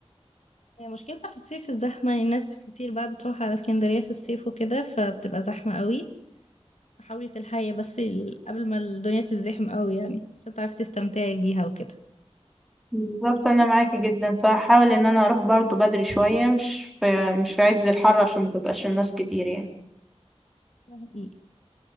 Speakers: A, on the left; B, in the centre.
A: هي مشكلتها في الصيف الزحمة يعني الناس كتير بقى بتروح على اسكندرية في الصيف وكده فبتبقى زحمة قوي فحاولي تلحقي بس ال- قبل ما الدنيا تزدحم قوي يعني عشان تعرفي تستمتعي بيها وكده
B: بالظبط انا معاكي جدا فحاول ان انا اروح برضه بدري شويه مش في مش في عز الحر عشان ما تبقاش الناس كتير يعني
A: ده حقيقي